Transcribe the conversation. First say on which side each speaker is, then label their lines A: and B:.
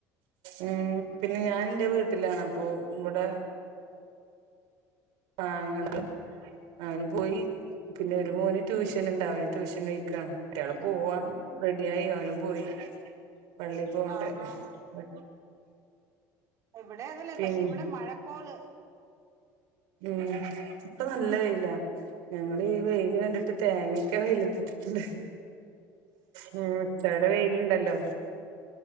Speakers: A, on the right; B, on the right.
A: ഉം പിന്നെ ഞൻ എന്റെ വീട് ത്തിലാണ്പ്പൊ ഇവിടെ ആ അങ്ങനെലെ ആഓന് പോയി പിന്നെ ഒരു മോന് ട്യൂഷൻ ഉണ്ടാവേ ട്യൂഷൻ കൈ <unintelligible> ഒരാൾ പോവാൻ റെ യായി ഓനും പോയി പള്ളി പോവണ്ടേ
B: ആഹാ
A: <unintelligible>
B: ഹാ ഇവിടെ അതല്ലേ
A: പിന്നെ
B: പക്ഷെ ഇവിടെ മഴക്കോള്
A: ഉം ഇപ്പൊ നല്ല വെയിലാ ഞങ്ങൾ ഈ വെയില് കണ്ടിട്ട് തേങ്ങയൊക്കെ വെയിലത്തിട്ടിട്ടുണ്ട് ഉ ഉച്ചവരെ വെയിലുണ്ടല്ലോ